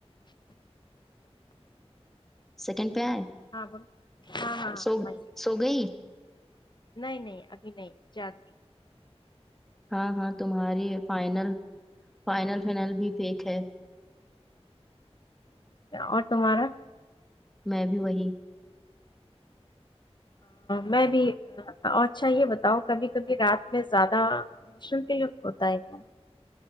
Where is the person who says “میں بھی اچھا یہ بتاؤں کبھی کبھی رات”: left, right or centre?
Left